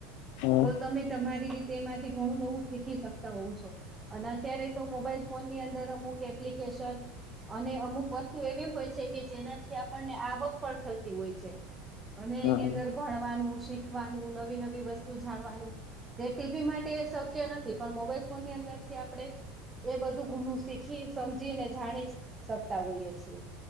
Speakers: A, on the left; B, on the right.
A: હમ
B: તો તમે તમારી રીતેમાંથી ઘણું નવું શીખી શકતા હોવ છો અને અત્યારે તો મોબાઈલ ફોન ની અંદર અમુક એપ્લિકેશન અને અમુક વસ્તુ એવી હોય છે કે જેનાથી આપણને આવક પણ થતી હોય છે અને
A: હમ
B: એની
A: હમ
B: અંદર ભણવાનું શીખવાનું નવી નવી વસ્તુ જાણવાનું જે ટીવી માટે શક્ય નથી પણ મોબાઈલ ફોનની અંદરથી આપણે એ બધું ઘણું શીખી સમજી ને જાણી શકતા હોઈએ છીએ